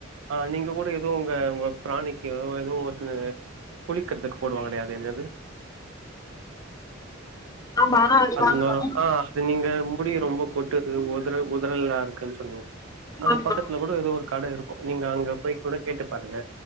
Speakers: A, on the right (about 80°); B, on the left (about 20°).
A: ஆ நீங்க கூட எ உங்க உங்க பிராணிக்கு எ எதோ ஒன்னு குளிக்கெற்க்கு போடுவாங்களே அது என்னது
B: ஆமா ஆமா
A: அது
B: வாங்கனு
A: நொறோ ஆ அது நீங்க முடி ரொம்ப கொட்டுது ஒதர ஒதரலா இருக்குன்னு சொன்னீங்க அது
B: ஆமா
A: பக்கத் ல்ல கூட எதோ ஒரு கட இருக்கு நீங்க அங்க போய் கூட கேட்டு பாருங்க